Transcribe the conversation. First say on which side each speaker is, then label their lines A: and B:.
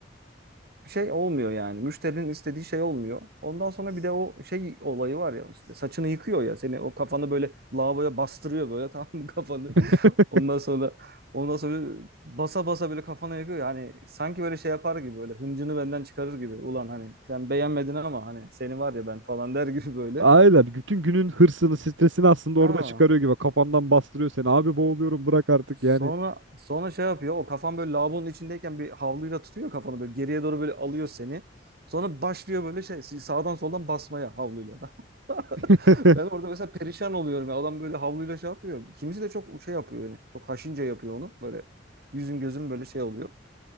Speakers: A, on the right; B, on the right.
A: bir şey olmuyor yani. Müşterinin istediği şey olmuyor. Ondan sonra bir de o şey olayı var ya işte saçını yıkıyor ya seni o kafanı böyle lavaboya bastırıyor böyle <laughs> tamam mı kafanı.
B: <laughs>
A: Ondan sonra ondan sonra basa basa böyle kafana yakıyor yani sanki böyle şey yapar gibi böyle hıncını benden çıkarır gibi. Ulan hani sen beğenmedin ama hani seni var ya ben falan der gibi böyle.
B: Aynen. Bütün günün hırsını, stresini aslında
A: Ha.
B: orada çıkarıyor gibi. Kafandan bastırıyor seni. Abi boğuluyorum bırak artık yani.
A: Sonra sonra şey yapıyor o kafan böyle lavabonun içindeyken bir havluyla tutuyor kafanı böyle geriye doğru böyle alıyor seni. Sonra başlıyor böyle şey sağdan soldan basmaya havluyla. <laughs>
B: <laughs>
A: Ben orada mesela perişan oluyorum. ya. Adam böyle havluyla şey yapıyor. Kimisi de çok şey yapıyor yani. Çok haşince yapıyor onu. Böyle yüzüm gözüm böyle şey oluyor.